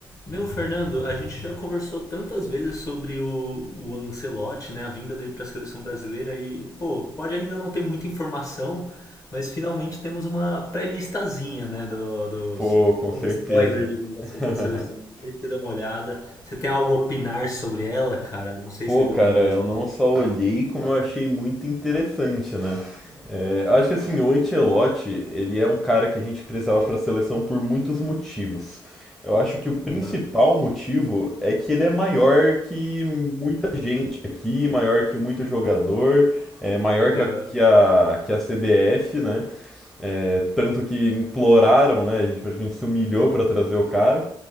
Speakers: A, on the left; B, in the centre.
A: Meu, Fernando, a gente já conversou tantas vezes sobre o, o Ancelotti, né, a vinda dele para a seleção brasileira e, pô, pode ainda não ter muita informação, mas finalmente temos uma pré-listazinha, né, do- dos
B: Pô, com certeza.
A: um spoiler, digamos assim,
B: <laughs>
A: da seleção. Não sei se você deu uma olhada. Você tem algo a opinar sobre ela, cara? Não sei
B: Pô,
A: se você viu
B: cara,
A: algumas
B: eu
A: das coisas.
B: não só olhei como eu achei muito interessante, né? É, eu acho que assim, o Ancelotti, ele é um cara que a gente precisava para a seleção por muitos motivos. Eu acho que o principal
A: Aham,
B: motivo é que ele é maior que muita gente aqui, maior que muito jogador, é maior que
A: aham.
B: a, que a, que a CBF, né? É, tanto que imploraram, né? A gente praticamente se humilhou para trazer o cara.